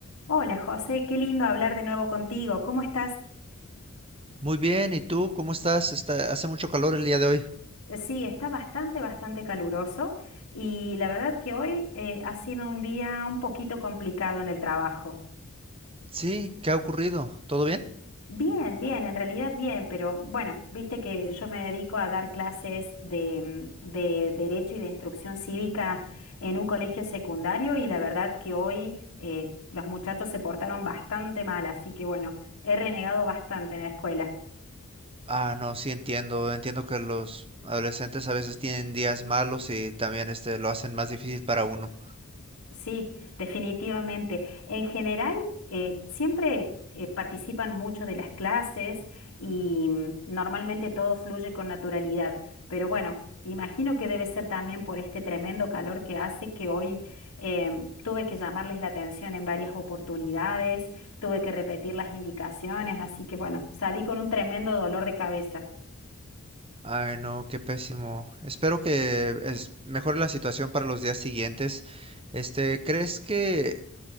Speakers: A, on the left (about 80°); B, on the right (about 25°).
A: Hola José, qué lindo hablar de nuevo contigo. ¿Cómo estás?
B: Muy bien, ¿y tú cómo estás? Está, hace mucho calor el día de hoy.
A: Eh, Sí, está bastante, bastante caluroso y la verdad que hoy eh, ha sido un día un poquito complicado en el trabajo.
B: Sí, ¿qué ha ocurrido? ¿Todo bien?
A: Bien, bien, en realidad bien, pero bueno, viste que yo me dedico a dar clases de, mm, de Derecho y de Instrucción Cívica en un colegio secundario y la verdad que hoy eh, los muchachos se portaron bastante mal, así que bueno, he renegado bastante en la escuela.
B: Ah, no, sí entiendo. Entiendo que los adolescentes a veces tienen días malos y también este lo hacen más difícil para uno.
A: Sí, definitivamente. En general, eh, siempre eh, participan mucho de las clases y mm, normalmente todo fluye con naturalidad. Pero bueno, imagino que debe ser también por este tremendo calor que hace que hoy em, tuve que llamarles la atención en varias oportunidades, tuve que repetir las indicaciones, así que bueno, salí con un tremendo dolor de cabeza.
B: Ay, no, qué pésimo. Espero que es, mejore la situación para los días siguientes. Este, ¿crees que